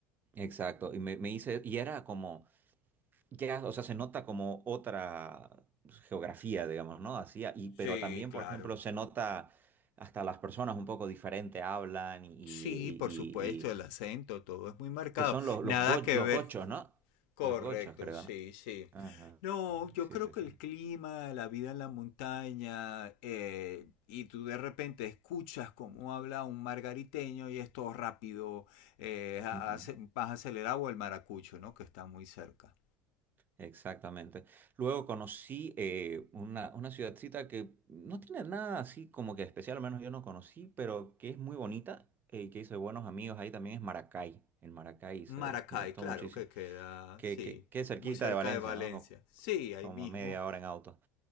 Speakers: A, on the right (about 35°); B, on the left (about 75°).
A: Exacto. Y me, me hice, y era como ya, o sea, se nota como otra geografía, digamos, ¿no? Así, y, pero
B: Sí,
A: también,
B: claro.
A: por ejemplo, se nota hasta las personas un poco diferente hablan y, y-
B: Sí,
A: y-
B: por supuesto,
A: y-
B: el acento, todo es muy marcado.
A: que son los,
B: Nada
A: los, go-
B: que
A: los
B: ver.
A: gochos, ¿no?
B: Correcto,
A: Los gochos, creo,
B: sí,
A: ¿no?
B: sí.
A: Ajá.
B: No, yo
A: Sí,
B: creo
A: sí,
B: que
A: sí.
B: el clima, la vida en la montaña, eh, y tú de repente escuchas cómo habla un margariteño y es todo rápido, eh, hace-
A: Ujú.
B: más acelerado o el maracucho, ¿no? Que está muy cerca.
A: Exactamente. Luego conocí eh, una, una ciudadcita que no tiene nada así como que especial, al menos yo no conocí, pero que es muy bonita eh, y que hice buenos amigos ahí también es Maracay. En Maracay se
B: Maracay,
A: me gustó
B: claro,
A: muchísimo.
B: que queda,
A: Que,
B: sí,
A: que, que es cerquita
B: muy cerca
A: de Valencia,
B: de Valencia.
A: ¿no? Co-
B: Sí, ahí
A: Como,
B: mismo
A: media hora en auto.